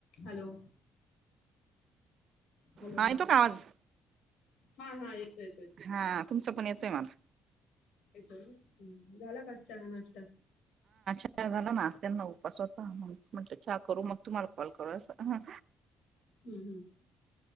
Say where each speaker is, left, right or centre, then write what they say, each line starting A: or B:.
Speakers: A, on the left; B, on the right.
A: Hello hello
B: हा येतो का आवाज.
A: हा हा येतो येतोय
B: हा तुमचं पण येतोय मला.
A: च झाला का चहा नाश्ता.
B: त्या झाला नास्त्यांना उपास होता म्हण हा करू मग तुम्हाला कॉल करू अस.
A: हम्म हम्म.